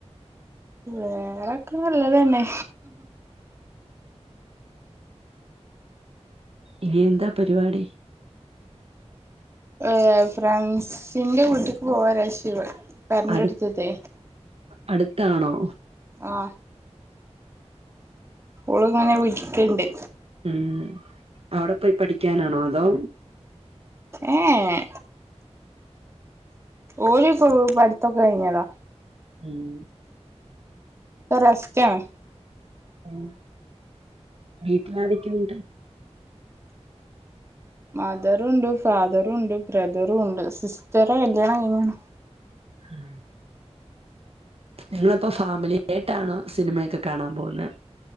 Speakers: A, on the right; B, on the right.
A: വേറൊക്കെ നല്ലതന്നെ.
B: ഇനി എന്താ പരിപാടി?
A: ഏ ഫ്രണ്ട്സിന്റെ വീട്ട്ക്ക് <unintelligible> പേരെന്റെയടുത്തില്ലേ
B: അടു അടുത്താണോ?
A: ആഹാ ഓള് ഇങ്ങനെ വിളിക്കണ്ട്.
B: ഉം അവിടെ പോയി പഠിക്കാനാണോ അതോ?
A: ഏ ഏ ഓല് പഠിത്തൊക്കെ കഴിഞ്ഞതാ.
B: ഉം
A: ഇപ്പ റെസ്റ്റാണ്.
B: ഉം വീട്ടിലാരെക്കെണ്ട്
A: മദറുണ്ട് ഫാദറുണ്ട് ബ്രദറുണ്ട് സിസ്റ്ററെ കല്യാണം കഴിഞ്ഞ.
B: ഉം ഇങ്ങള്പ്പോ ഫാമിലിയായിട്ടാണോ സിനിമയൊക്കെ കാണാൻ പോവുന്നെ.